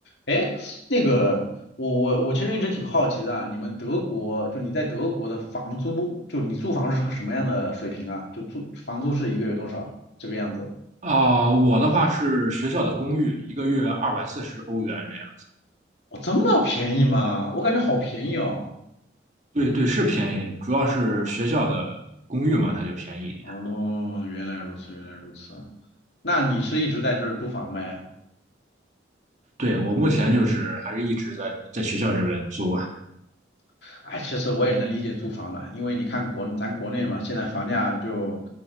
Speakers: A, on the left; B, on the right.
A: 哎，那个，我我我其实一直挺好奇的啊，你们德国，就你在德国的房租，就你租房是个什么样的水平啊？就租房租是一个月多少这个样子？
B: 啊、我的话是学校的公寓，一个月二百四十欧元这样。
A: 哦，这么便宜吗？我感觉好便宜哦。
B: 对对，是便宜，主要是学校的公寓嘛，它就便宜一点。
A: 哦，原来如此，原来如此。那你是一直在这儿租房呗？
B: 对，我目前就是还是一直在在学校这边租啊。
A: 哎，其实我也能理解租房了，因为你看国咱国内嘛，现在房价就